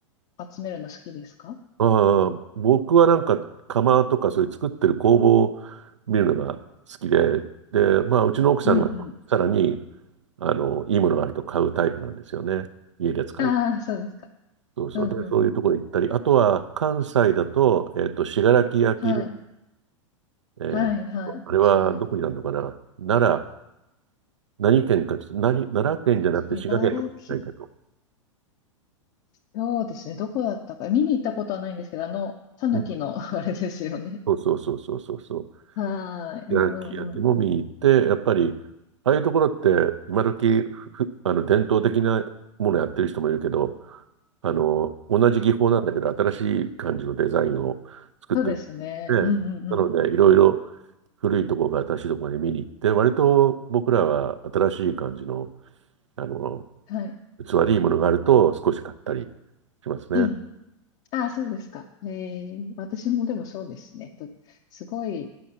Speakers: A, on the left; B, on the right.
A: 集めるの好きですか
B: ああ、僕はなんか釜とかそういう作ってる工房を見るのが好きで、で、まあうちの奥さんがさらに
A: うんうん。
B: あのいいものがあると買うタイプなんですよね。家で使い。
A: ああ、そうですか。
B: そうそう。
A: うんうんうん。
B: で、そういうところ行ったり、あとは関西だと、えっと、信楽焼で、
A: はい。
B: えーと、
A: はいはい。
B: あれはどこになるのかな奈良、
A: 信楽、
B: 何県かちょっと、何、奈良県じゃなくて滋賀県とかじゃないけど、
A: 信楽、そうですね。どこだったか。見に行ったことはないんですけど、あの、タヌキの
B: うん
A: <laughs> あれですよね。
B: そうそうそうそうそうそう。
A: はーい。
B: 焼き焼きも見に行って、
A: うんうんうん。
B: やっぱり、ああいうところって今時ふふあの伝統的なものやってる人もいるけど、あの、同じ技法なんだけど、新しい感じのデザインを作ってる
A: そうですね。
B: ので、
A: うんうんうん。
B: なので、いろいろ古いところから新しいところに見に行って、割と僕らは新しい感じの、あの、
A: はい。
B: 器でいいものがあると少し買ったりしますね。
A: うん。ああ、そうですか。えー、私もでもそうですね。とすごい